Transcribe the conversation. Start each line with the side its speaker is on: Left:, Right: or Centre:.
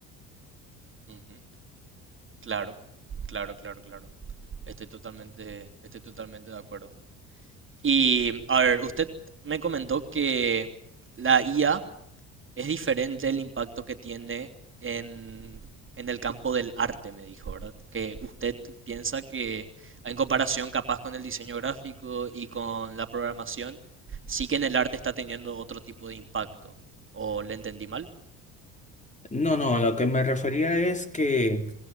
Right: Ujú, Claro, claro, claro, claro. Estoy totalmente, estoy totalmente de acuerdo. Y a ver, usted me comentó que la IA es diferente el impacto que tiene en, en el campo del arte, me dijo, ¿verdad? Que usted piensa que en comparación capaz con el diseño gráfico y con la programación, sí que en el arte está teniendo otro tipo de impacto. ¿O le entendí mal?
Left: No, no, a lo que me refería es que...